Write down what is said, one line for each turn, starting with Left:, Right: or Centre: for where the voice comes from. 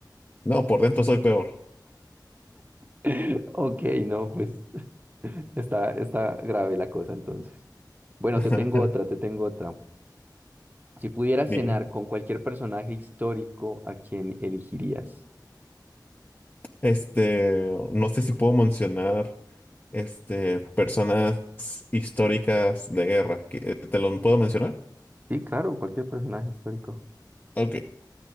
Left: No, por dentro soy peor.
Right: <laughs> Ok, no, pues <laughs> está, está grave la cosa entonces. Bueno,
Left: <laughs>
Right: te tengo otra, te tengo otra. Si pudieras
Left: Dime.
Right: cenar con cualquier personaje histórico, ¿a quién elegirías?
Left: Este, no sé si puedo mencionar, este, personas históricas de guerra. que- ¿Te lo puedo mencionar?
Right: Sí, claro, cualquier personaje histórico.
Left: Ok.